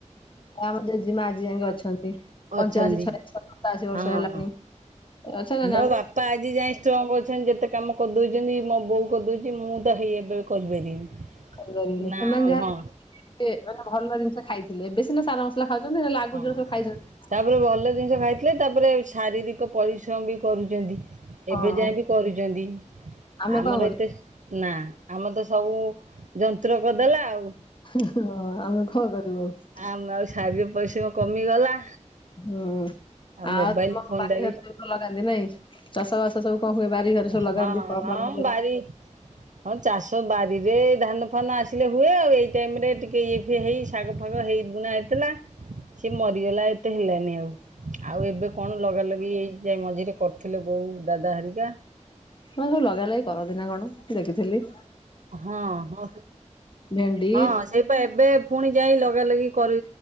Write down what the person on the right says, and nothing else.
ଅଛନ୍ତି
ହଁ।
ମୋ ବାପା ଆଜି ଯାଏ ଷ୍ଟ୍ରଙ୍ଗ୍ ଅଛନ୍ତି ଯେତେ କାମ କରିଦଉଛନ୍ତି ମୋ ବୋଉ କରିଦଉଛି ମୁଁ ତ ହେଇ ଏବେ କରିପାରିବିନି।
ନା
ହଁ
ହଁ।
ତାପରେ ଭଲ ଜିନିଷ ଖାଇଥିଲେ ତାପରେ ଶାରୀରିକ ପରିଶ୍ରମ ବି କରୁଛନ୍ତି।
ଏବେ ଯାଏ ବି କରୁଚନ୍ତି,
ଆମର
ଏତେ ନା ଆମ ତ ସବୁ ଯନ୍ତ୍ର କରିଦେଲା ଆଉ।
ଆମ ଆଉ ଶାରୀରିକ ପରିଶ୍ରମ କମିଗଲା।
ମୋବାଇଲ
ଫୋନ୍
ଟା ବି
ହଁ
ବାରି ହଁ ଚାଷ ବାରିରେ ଧାନ ଫାନ ଆସିଲେ ହୁଏ ଆଉ ଏଇ ଟାଇମରେ ଟିକେ ଇଏ ଫିଏ ହେଇ ଶାଗ ଫାଗ ହେଇ ବୁଣା ହେଇଥିଲା ସିଏ ମରିଗଲା ଏତେ ହେଲାନି ଆଉ ଆଉ ଏବେ କଣ ଲଗାଲଗି ହେଇ ଯାଇ ମଝିରେ କରୁଥିଲେ ବୋଉ ଦାଦା ହେରିକା।
ହଁ ହଁ
ହଁ ସେଇ ବା ଏବେ ଫୁଣି ଯାଇ ଲଗା ଲଗି କରି